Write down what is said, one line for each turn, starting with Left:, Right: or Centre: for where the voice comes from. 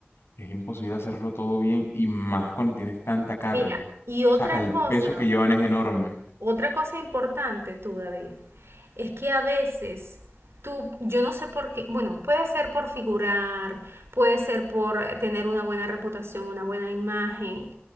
Left: es imposible hacerlo todo bien y más cuando tienes tanta carga.
Right: Mira, y otra
Left: O sea, el
Right: cosa,
Left: peso que llevan es enorme.
Right: otra cosa importante tú, David, es que a veces tú, yo no sé por qué, bueno, puede ser por figurar, puede ser por tener una buena reputación, una buena imagen,